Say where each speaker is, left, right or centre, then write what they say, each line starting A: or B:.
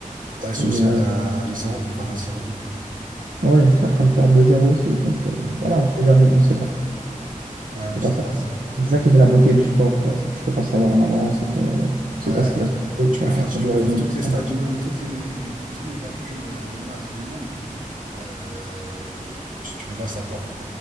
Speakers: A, on the right; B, on the right.
A: Ah, Ils sont
B: Et
A: aussi
B: euh,
A: à deux zéro enfin à 0-2 plutôt.
B: ouais, ils sont en train de perdre deux zéro aussi. Donc euh,
A: Hmm.
B: voilà, on sait jamais, on sait pas.
A: Ouais,
B: Faut
A: on sait
B: pas savoir.
A: pas ça.
B: C'est ça qui fait la beauté du sport, quoi. C'est que tu peux pas savoir en avance et que tu
A: Ouais,
B: sais pas ce qui va se passer,
A: tu
B: qu'il
A: peux
B: y a,
A: faire,
B: qu'il
A: tu
B: y a
A: peux
B: des rebondissements.
A: faire toutes les stats du monde, toutes les, tous les calculs euh, de maths du monde. Euh, tu, tu peux pas savoir.